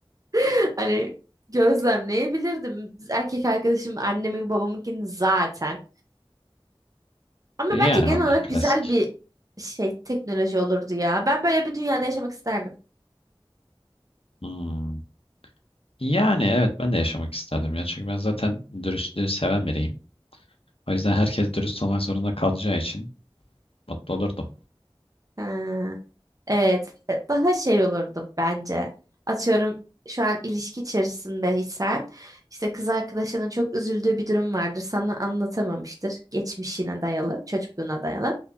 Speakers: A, on the right (about 40°); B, on the left (about 85°).
A: <laughs> Hani gözlemleyebilirdim. Erkek arkadaşım annemin babamınkini zaten. Ama
B: E,
A: bence
B: yani
A: genel
B: onlar
A: olarak
B: klasik.
A: güzel bir şey teknoloji olurdu ya. Ben böyle bir dünyada yaşamak isterdim.
B: Hmm. Yani evet ben de yaşamak isterdim ya çünkü ben zaten dürüstlüğü seven biriyim. O yüzden herkes dürüst olmak zorunda kalacağı için mutlu olurdum.
A: Ha. Evet, ve daha şey olurdu bence. Atıyorum şu an ilişki içerisindeysen işte kız arkadaşının çok üzüldüğü bir durum vardır. Sana anlatamamıştır. Geçmişine dayalı, çocukluğuna dayalı.